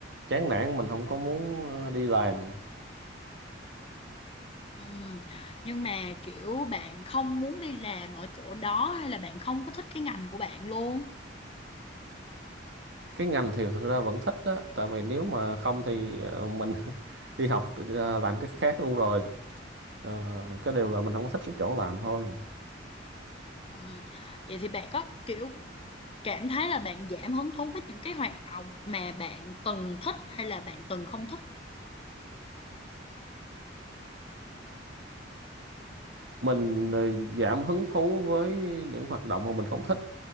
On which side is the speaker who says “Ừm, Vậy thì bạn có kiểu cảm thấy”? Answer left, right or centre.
Left